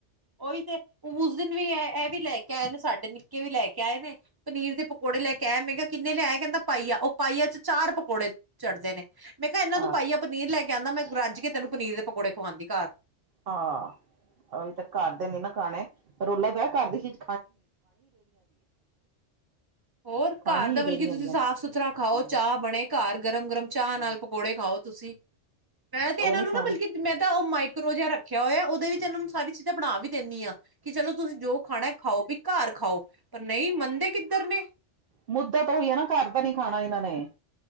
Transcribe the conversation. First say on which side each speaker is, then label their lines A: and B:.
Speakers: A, on the right; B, on the right.
A: ਓਹੀ ਤੇ ਉਸ ਦਿਨ ਵੀ ਇਹ ਵੀ ਲੈ ਕੇ ਆਏ ਨੇ ਸਾਡੇ ਨਿੱਕੇ ਵੀ ਲੈ ਕੇ ਆਏ ਨੇ। ਪਨੀਰ ਦੇ ਪਕੌੜੇ ਲੈ ਕੇ ਆਇਆ ਮੈਂ ਕਿਹਾ ਕਿੰਨੇ ਲਿਆਇਆ ਕਹਿੰਦਾ ਪਾਈਆ ਉਹ ਪਾਈਆ ਚ ਚਾਰ ਪਕੌੜੇ ਚੜਦੇ ਨੇ ਮੈਂ ਕਿਹਾ ਇਹਨਾਂ
B: ਹਾਂ
A: ਤੂੰ ਪਾਈ ਆ ਪਨੀਰ ਲੈ ਕੇ ਆਉਂਦਾ ਮੈਂ ਰੱਜ ਕੇ ਤੈਨੂੰ ਪਨੀਰ ਦੇ ਪਕੌੜੇ ਖਵਾਂਦੀ ਘਰ
B: ਹਾਂ ਅਹੀ ਤਾਂ ਕਰਦੇ ਨੀ ਨਾ ਖਾਣੇ ਰੋਲਾ ਬਹਿ ਘਰ ਦੀ ਚੀਜ
A: ਹੋਰ
B: ਖਾਣੀ
A: ਘਰ ਦਾ ਬਲਕਿ
B: ਰੇਹੜੀਆਂ
A: ਤੁਸੀਂ
B: ਦੀਆਂ
A: ਸਾਫ਼ ਸੁਥਰਾ ਖਾਓ ਚਾਹ ਬਣੇ ਘਰ ਗਰਮ ਗਰਮ ਚਾਹ ਨਾਲ ਪਕੌੜੇ ਖਾਓ ਤੁਸੀਂ। ਮੈਂ ਤੇ ਇਹਨਾਂ
B: ਉਹ ਨੀ
A: ਨੂੰ
B: ਖਾਣੀ
A: ਨਾ ਬਲਕਿ ਮੈਂ ਤਾਂ ਉਹ ਮਾਈਕਰੋ ਜਿਹਾ ਰੱਖਿਆ ਹੋਇਆ, ਉਹਦੇ ਵਿੱਚ ਇਹਨਾਂ ਨੂੰ ਸਾਰੀ ਚੀਜ਼ਾਂ ਬਣਾ ਵੀ ਦਿੰਦੀ ਹਾਂ। ਕਿ ਚਲੋ ਤੁਸੀਂ ਜੋ ਖਾਣਾ ਖਾਓ ਵੀ ਘਰ ਖਾਓ ਪਰ ਨਹੀਂ ਮੰਨਦੇ ਕਿੱਧਰ ਨੇ।
B: ਮੁੱਦਾ ਤਾਂ ਹੋਈ ਹੈ ਨਾ ਘਰ ਦਾ ਨੀ ਖਾਣਾ ਇਹਨਾਂ ਨੇ।